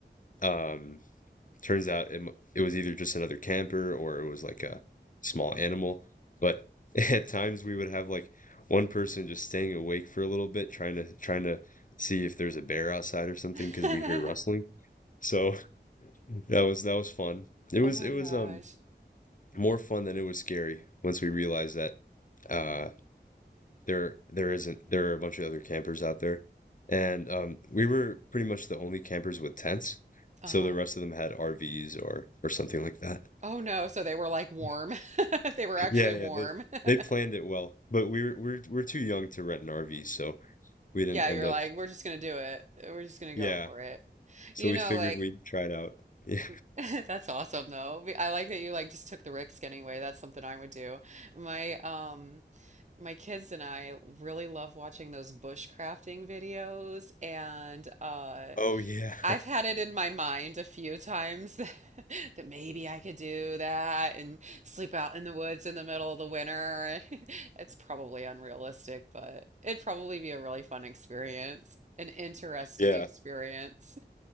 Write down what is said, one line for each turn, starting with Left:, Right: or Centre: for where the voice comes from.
Left: um, turns out it, it was either just another camper or it was like a small animal. But <laughs> at times we would have like one person just staying awake for a little bit, trying to trying to see if there's a bear outside or something
Right: <laughs>
Left: because we hear rustling. So <laughs> that was that was fun. It
Right: Oh
Left: was
Right: my
Left: it was
Right: gosh.
Left: um more fun than it was scary once we realized that uh there there isn't there are a bunch of other campers out there and um we were pretty much the only campers with tents
Right: Uh-huh.
Left: so the rest of them had RVs or or something like that
Right: Oh no, so they were like warm.
Left: <laughs>
Right: <laughs> They were actually
Left: yeah yeah
Right: warm.
Left: they
Right: <laughs>
Left: they planned it well but we were we're we're too young to rent an RV so we didn't
Right: Yeah,
Left: end
Right: you're
Left: up
Right: like, we're just gonna do it. We're just gonna
Left: yeah
Right: go for it.
Left: so
Right: You
Left: we
Right: know,
Left: figured
Right: like
Left: we'd try it out <laughs> yeah
Right: <laughs> that's awesome though. Be- I like that you like just took the risk anyway. That's something I would do. My um my kids and I really love watching those bushcrafting videos and uh
Left: oh yeah
Right: I've had it in my mind a few times <laughs> that, maybe I could do that and sleep out in the woods in the middle of the winter. <laughs> It's probably unrealistic, but it'd probably be a really fun experience, an interesting
Left: <laughs> yeah
Right: experience.